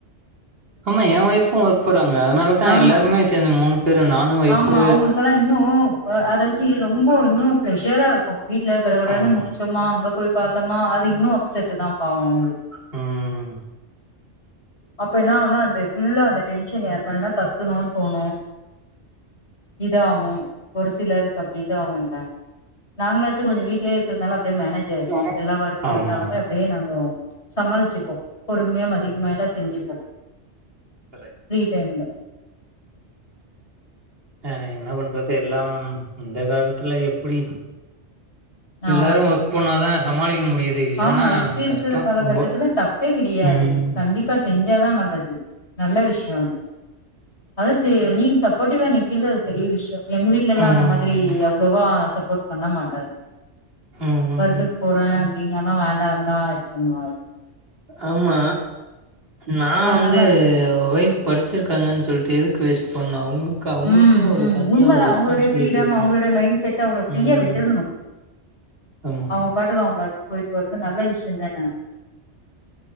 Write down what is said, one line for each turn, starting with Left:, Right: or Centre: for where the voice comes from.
Right: ஆமா ஏ ஒய்ஃபு ஒர்க் போறாங்க அதனாலதா
Left: ஆமா
Right: எல்லாருமே சேந்து மூணு பேரு நானு ஒய்ஃபு
Left: ஆமா அவங்களுக்கெல்லா இன்னு அ அதாச்சு ரொம்ப இன்னு ப்ளஷரா இருக்கு வீட்டுல கட கடானு
Right: ஆமா.
Left: முடிச் சோமா அங்க போய் பாத்தோமா அது இன்னு அப்செட் தா பாவோ அவுங்களுக்கு
Right: ம்
Left: அப்ப என்ன ஆகுனா அந்த ஃபுல்லா அந்த டென்ஷன் யார்மேல்னா கத்துணுனு தோணு இதாகு ஒரு சிலர் அப்டிதா ஆகுல்ல நாங்களாச்சு கொஞ்சோ வீடிலயே இருக்கறனால அப்டியே மேனேஜ் ஜெ
Right: எனக்கு
Left: எல்லா வொர்க்கு
Right: ஆமா.
Left: இருந்தாலுமே அப்டியே நாங்கோ சமாளிச்சுப்போ பொறுமையா மதிக மேல செஞ்சுப்போ
Right: கரெக்ட்.
Left: ஃப்ரீ டைம்ல
Right: ஆ என்ன பண்றது எல்லா இந்த காலத்துல எப்டி
Left: ஆ
Right: எல்லாரு ஒர்க் போனாதா சமாளிக்க முடியுது இல்லன்னா
Left: ஆமா இப்ப இருக்கிற
Right: கஷ்டம்
Left: காலகட்டத்துல
Right: ரொம்ப.
Left: தப்பே கிடையாது
Right: ம்.
Left: கண்டிப் பா செஞ்சாதா நல்லது நல்ல விஷயோ அது அத ச நீங் சப்போடிவ்வா நிக்கிறது அது பெரிய விஷயோ எங் வீட்லலா
Right: ம்.
Left: அந்த மாதிரி அவ்ளோவா சப்போர்ட் பண்ண மாட்டாரு
Right: ம்.
Left: ஒர்க்குக்
Right: ம்.
Left: போறே அப்டிந்தன வேண்டாந்தா இது பண்ணுவாரு
Right: ஆமா நா
Left: அதனால
Right: வந்து
Left: அது
Right: ஒய்ஃப் படிச்சிருக்காங்கன் சொல்ட்டு எதுக்கு வேஸ்ட் பண்ணா அவுங் க அவுங்களுக்குன்னு
Left: ம்
Right: ஒரு
Left: ம்
Right: தனியா
Left: உண்மதா
Right: ஒரு
Left: அவங்களுடைய
Right: ரெஸ்பான்சிபிலிட்டி
Left: ஃப்ரீடம்
Right: இருக்கணு
Left: அவங்களுடைய மைண்ட் செட் அவங்கள ஃப்ரீயா
Right: ம்
Left: விட்டுர்ணு
Right: ஆமா
Left: அவங்க பாட்கு அவங் ஒர்க் போயிட்டு வர்றது நல்ல விஷயோ தான